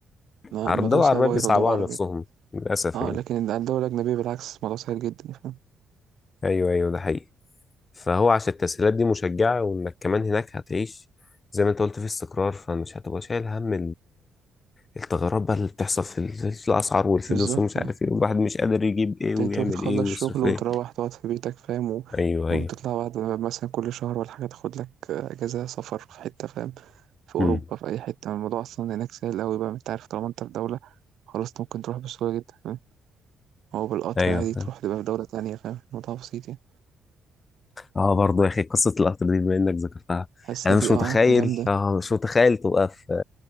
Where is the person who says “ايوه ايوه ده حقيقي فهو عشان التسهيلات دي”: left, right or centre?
Left